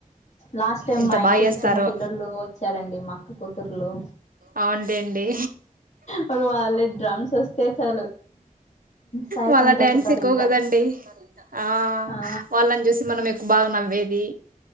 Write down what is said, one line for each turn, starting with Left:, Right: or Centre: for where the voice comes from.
Left: లాస్ట్ టైమ్
Right: ఎంత
Left: మా
Right: బా
Left: ఇంటికి
Right: చేస్తారో.
Left: చిన్న పిల్లలు వచ్చారండి మా అక్క కూతుర్లు
Right: అవున్లేన్డి
Left: మరి వాళ్ళకి డ్రమ్స్ వస్తే చాలు సాయిసం
Right: వాళ్ళ
Left: దొక్కుతారు
Right: డ్యాన్స్ ఎక్కువ
Left: ఇంకా
Right: కదండి ఆ
Left: ఆ
Right: వాళ్ళని జూసి మనం ఎక్కువ బాగా నవ్వేది